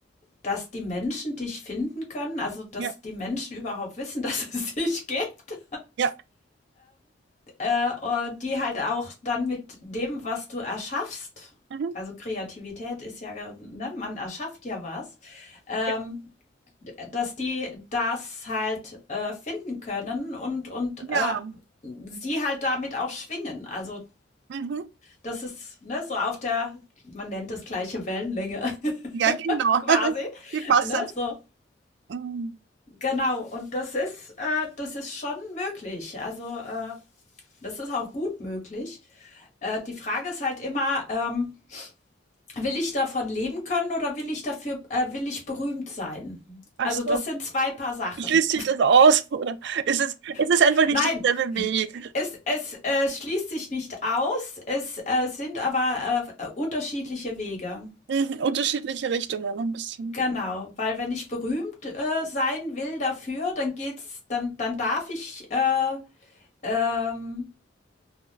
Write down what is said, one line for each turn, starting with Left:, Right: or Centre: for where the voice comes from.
Left: dass die Menschen dich finden können, also dass
Right: Ja,
Left: die Menschen überhaupt wissen, <laughs> dass es dich gibt.
Right: ja,
Left: äh, die halt auch dann mit dem, was du erschaffst,
Right: mhm.
Left: also Kreativität ist ja, ne, man erschafft ja was, ähm,
Right: ja.
Left: dass die das halt äh, finden können und, und
Right: Ja,
Left: äh, sie halt damit auch schwingen. Also
Right: Mhm.
Left: das ist ne, so auf der, man nennt es gleiche Wellenlänge <laughs>
Right: Ja, genau.
Left: quasi.
Right: <laughs> Wie passt
Left: Ne,
Right: das?
Left: so.
Right: Mhm.
Left: Genau, und das ist, äh, das ist schon möglich. Also äh, Das ist auch gut möglich. Äh, die Frage ist halt immer, ähm, will ich davon leben können oder will ich dafür, äh, will ich berühmt sein?
Right: Ach
Left: Also
Right: so,
Left: das sind zwei Paar Sachen.
Right: schließt sich das aus, <laughs> oder? Ist es, ist es
Left: <laughs>
Right: einfach nicht
Left: Nein,
Right: dasselbe Weg?
Left: es, es äh, schließt sich nicht aus, es äh, sind aber äh, unterschiedliche Wege.
Right: Mhm, unterschiedliche Richtungen ein bisschen.
Left: Genau, weil wenn ich berühmt äh, sein will dafür, dann geht's, dann, dann darf ich, äh, ähm,